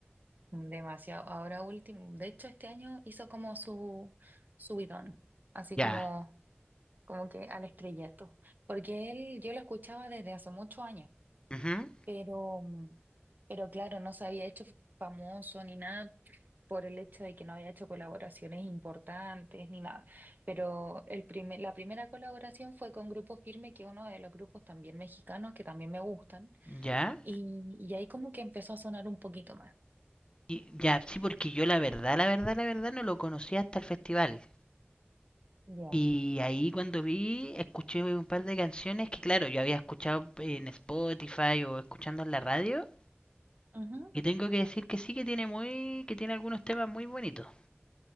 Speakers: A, on the right; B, on the left.
A: demasiado. Ahora último, de hecho este año hizo como su subidón, así
B: Ya.
A: como... como que al estrellato, porque él yo lo escuchaba desde hace muchos años,
B: Ujú.
A: pero, mm, pero claro, no se había hecho famoso ni nada por el hecho de que no había hecho colaboraciones importantes ni nada, pero el primer, la primera colaboración fue con Grupo Firme, que es uno de los grupos también mexicanos que también me gustan,
B: ¿Ya?
A: y, y ahí como que empezó a sonar un poquito más.
B: Y, ya, sí, porque yo la verdad, la verdad, la verdad no lo conocía hasta el festival.
A: Ya.
B: Y ahí cuando vi, escuché un par de canciones que, claro, yo había escuchado en Spotify o escuchando en la radio.
A: Ujú.
B: Y tengo que decir que sí que tiene muy, que tiene algunos temas muy bonitos.